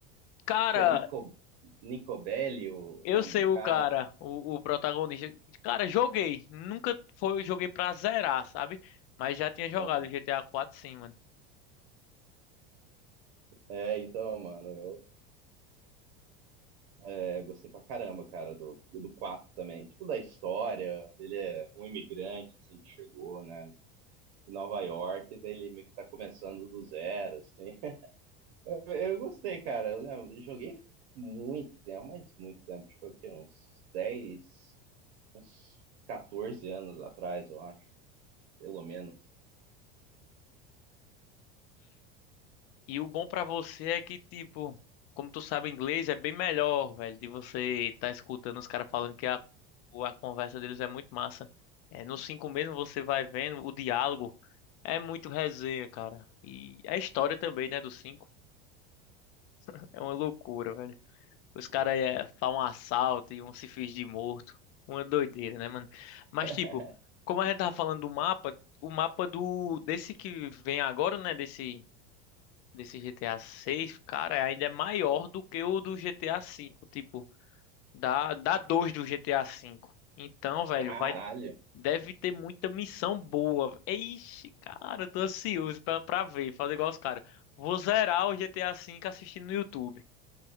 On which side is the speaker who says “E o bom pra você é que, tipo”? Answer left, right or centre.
Left